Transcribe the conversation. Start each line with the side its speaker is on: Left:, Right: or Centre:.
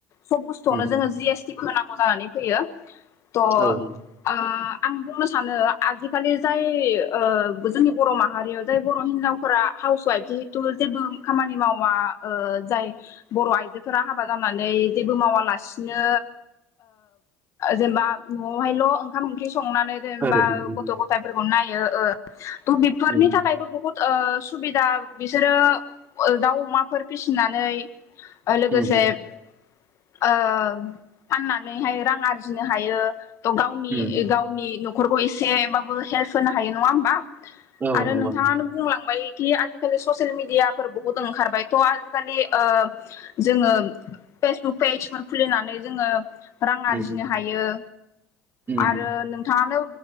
Left: सब बुस्थुआवनो
Right: उम
Left: जोङो जि एसटिबो होनांगौ जानानै फैयो ट'
Right: औ
Left: आं बुंनो सानो आजिखालि जाय जोंनि बर' माहारियाव जाय बर' हिनजावफोरा हाउस वाइफ जि थ जेबो खामानि मावा जाय बर' आइजोफोरा हाबा जानानै जबो मावा लासिनो जेनेबा न'हायल' ओंखाम ओं संनानै जेनबा
Right: ओरैनो
Left: गथ' गथाय फोरखौ नायो बेफोरनि
Right: उम
Left: थाखाय बो‌ सुबिदा बिसोरो दाउ अमाफोर फिसिनानै लोगोसे
Right: उम उम
Left: ओ फाननानैहाय रां आरजिनो हायो थ गावनि
Right: उम
Left: गावनि न'खरखौ एसेबाबो हेल्प होनो हायो नङा होमबा
Right: औ
Left: आरो
Right: नंगौ
Left: नोंथाङानो
Right: नंगौ
Left: बुंलांबाय कि आजिखालि ससेल मिडियाफोर बहुत ओंखारबाय थ' आजिखालि ओ‌ जोङो फेसबुक पेजफोर खुलिनानै जोङो रां
Right: उम
Left: आरजिनो हायो
Right: उम
Left: आरो नोंथाङानो